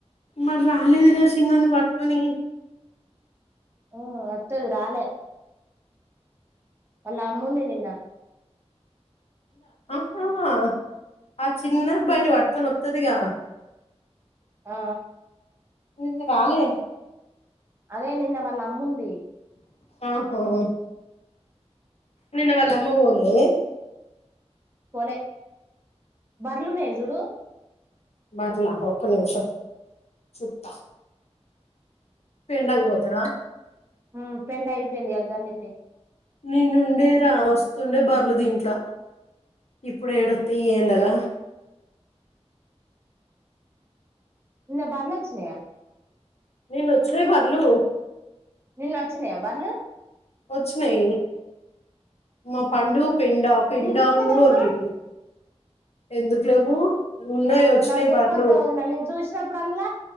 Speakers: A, on the left; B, on the right.
A: మరి రాలేదు కద చిన్నోడ్ని పట్టుకొనికి
B: ఊ వత్తది రాలె వాళ్ల అమ్ముంది నిన్న
A: ఆ ఆ చిన్నబ్బాయిని పట్కొని వత్తదిగా
B: ఆ
A: నిన్న రాలేద్
B: అదే నిన్న వాళ్ళ అమ్ముంది
A: ఆహ నిన్న వాళ్ళ అమ్మ పొందికదే
B: పోలె బర్లున్నాయి జుడు
A: బర్లా ఒక్క నిమిషం చూత్త పిండగపోతార
B: హ పెండ్ అయిపోయింది కదా బర్లిడ్నే
A: నిన్నుండే రా వస్తుండె బర్లు దీంట్ల ఇప్పుడు ఏడొత్తయి ఈ ఎండల
B: నిన్న బర్లొచ్చినయ
A: నిన్న వొచ్చినయి బర్లు
B: నిన్న వచ్చినయా బర్లు
A: వచ్చినయి మా పండు పెండా పెండా
B: నేను చూత్తలేవుగా
A: అని కూడ వోర్లిండ్రు ఎందుకు లేవు ఉన్నాయి
B: ఓ
A: వచ్చినయి
B: నాకు చెప్పొద్దు
A: బర్లు
B: వదిన అ నేను చూసినప్పుడల్ల